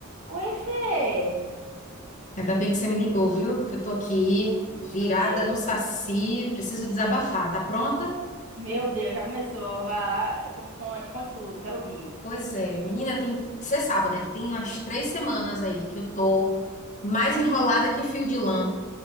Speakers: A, on the right; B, on the left.
A: Oi, Fê!
B: Ainda bem que você me ligou, viu? Que eu tô aqui virada
A: Meu Deus.
B: no saci, preciso desabafar. Tá pronta?
A: Meu Deus, já começou. Vá, con- conte, conte tudo, quero ouvir.
B: Pois é, menina, tem, você sabe, né, que tem umas três semanas aí que eu tô mais enrolada que fio de lã